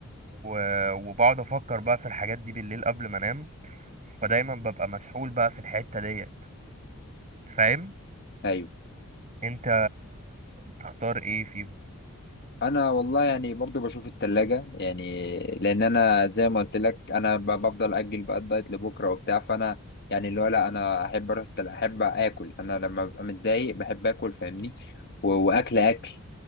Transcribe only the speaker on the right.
و... وبقعد أفكر بقى في الحاجات دي بالليل قبل ما أنام فدايما ببقى مسحول بقى في الحتة ديت فاهم
انت تختار ايه فيهم